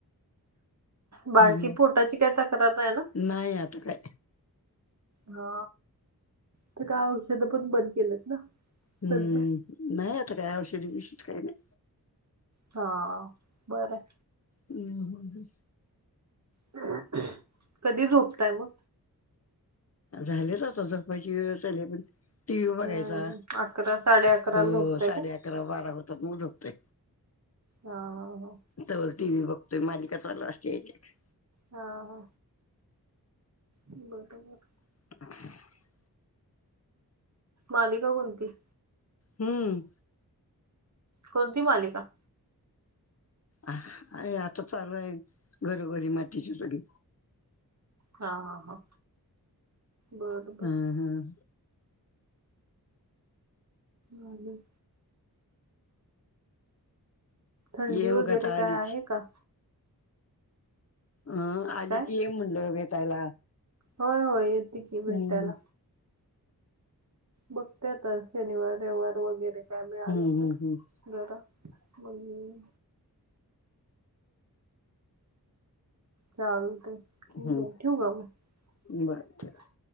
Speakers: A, on the right (about 45°); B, on the left (about 40°).
A: बाळकी
B: हम्म
A: पोटाची काय तक्रार नाही ना
B: नाही आता काय
A: हा, आता काय औषध पण बंद केलंत ना?
B: हम्म
A: सध्या
B: नाही आता काय, औषधी बिशीद काही नाही.
A: हा बरं
B: हम्म हम्म
A: <unintelligible> कधी झोपताय मग?
B: झालेच आता जपायची वेळ झाली पण, टी व्ही बघायचा,
A: हम्म अकरा साडे अकराला
B: हो
A: झोपताय
B: साडे
A: का
B: अकरा - बारा पतर मग झपतोय.
A: हा हा हा
B: तवर टी व्ही बघतोय मालीका चालु असत्यात एक एक
A: हा हा, बरोबर
B: ह <unintelligible>
A: मालिका कोणती?
B: हम्म
A: कोणती मालिका?
B: अ हां आता चालू आहे, घरोघरी मातीची चुली
A: हा हा हा बरं बरं
B: हम्म हम्म
A: घालुन थंडी
B: ये
A: वगैरे
B: मग आता आलीच
A: काय आहे का?
B: अम आली
A: काय
B: की म्हणलं ये भेटायला.
A: होय होय, येते की भेटायला.
B: हम्म.
A: बघते आता शनिवार -रविवार वगैरे काय मिळाला
B: हम्म हम्म
A: तर
B: हम्म
A: जरा मगंं चालतय ठिक
B: हम्म
A: आहे, ठीऊ का मग?
B: बर ठेव.